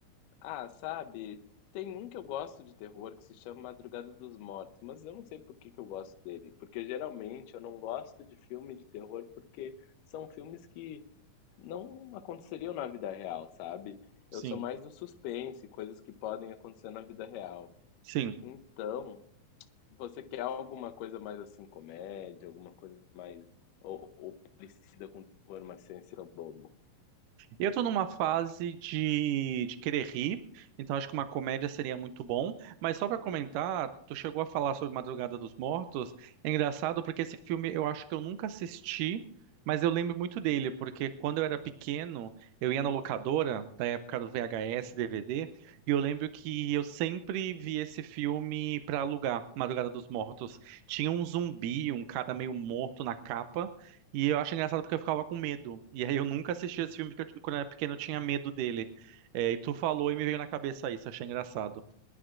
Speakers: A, on the left; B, on the right.
A: Ah, sabe, tem um que eu gosto de terror que se chama Madrugada dos Mortos, mas eu não sei por que que eu gosto dele. Porque geralmente eu não gosto de filme de terror porque são filmes que não aconteceriam na vida real, sabe?
B: sim,
A: Eu sou mais do suspense, coisas que podem acontecer na vida real.
B: sim.
A: Então. Você quer alguma coisa mais assim, comédia, alguma coisa mais. Ou, ou parecida com terror, mas sem ser tão bobo.
B: E Eu tô numa fase de, de querer rir, então acho que uma comédia seria muito bom. Mas só pra comentar, tu chegou a falar sobre Madrugada dos Mortos. É engraçado porque esse filme eu acho que eu nunca assisti, mas eu lembro muito dele, porque quando eu era pequeno, eu ia na locadora, da época do VHS, DVD, e eu lembro que eu sempre vi esse filme pra alugar, Madrugada dos Mortos. Tinha um zumbi, um cara meio morto na capa. E eu acho engraçado porque eu ficava com medo. E aí eu nunca assisti esse filme porque eu, ti- quando eu era pequeno eu tinha medo dele. É, e tu falou e me veio na cabeça isso, achei engraçado.